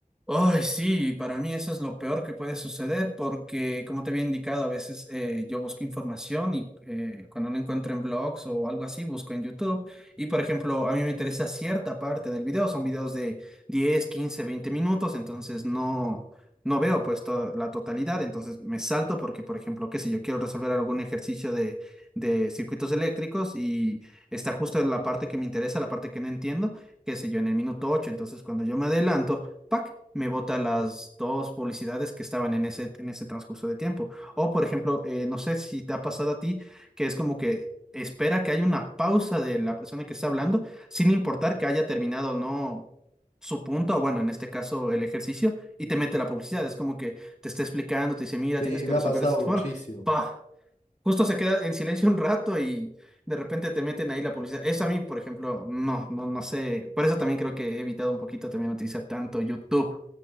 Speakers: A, in the centre; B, on the left.
A: Ay, sí, para mí eso es lo peor que puede suceder porque, como te había indicado, a veces eh, yo busco información y eh, cuando no encuentro en blogs o algo así, busco en YouTube. Y, por ejemplo, a mí me interesa cierta parte del video, son videos de 10 15 20 minutos, entonces no, no veo pues toda la totalidad, entonces me salto porque, por ejemplo, qué sé, yo quiero resolver algún ejercicio de, de circuitos eléctricos y está justo en la parte que me interesa, la parte que no entiendo, qué sé yo, en el minuto 8 entonces cuando yo me adelanto ¡pac! me bota las dos publicidades que estaban en ese, en ese transcurso de tiempo. O, por ejemplo, eh, no sé si te ha pasado a ti, que es como que espera que haya una pausa de la persona que está hablando, sin importar que haya terminado o no su punto, o bueno, en este caso el ejercicio, y te mete la publicidad. Es como que te está explicando, te dice, mira,
B: Sí,
A: tienes que
B: me
A: resolver
B: ha pasado
A: de esta
B: muchísimo.
A: forma. ¡Pah! Justo se queda en silencio un rato y de repente te meten ahí la publicidad. Eso a mí, por ejemplo, no, no, no sé. Por eso también creo que he evitado un poquito también utilizar tanto YouTube.